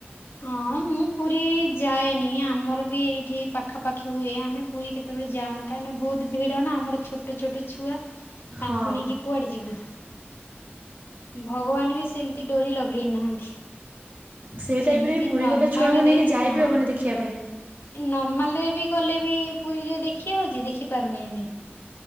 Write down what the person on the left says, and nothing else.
ହଁ ମୁଁ ପୁରୀ ଯାଏନି, ଆମର ବି ଏଇଠି ପାଖାପାଖି ହୁଏ ଆମେ ପୁରୀ କେତେବେଳେ ଯାଉଁ ତହାନେ ବହୁତ ଭିଡ଼ ନା ଆମର ଛୋଟ ଛୋଟ ଛୁଆ
ତାଙ୍କୁ ନେଇକି କୁଆଡେ ଯିବୁ ଭଗବାନ ବି ସେମିତି ଡୋରି ଲଗେଇ ନାହାନ୍ତି।
ସେମିତି
ନର୍ମାଲ
ରେ
ହଁ
ନର୍ମାଲ ରେ ବି ଗଲେ ବି ପୁରୀରେ ଦେଖି ହଉଛି ଦେଖିପାରୁନି ଆମେ